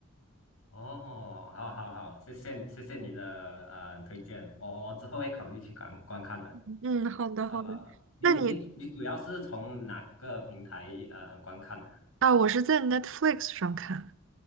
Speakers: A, on the left; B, on the right.
A: 哦，好好好，谢谢谢谢你的呃推荐，我我之后会考虑去观观看的。
B: <laughs> 嗯，好的好的，
A: 呃，你你你主要是从哪个平台呃观看的
B: 那你啊，我是在 Netflix 上看。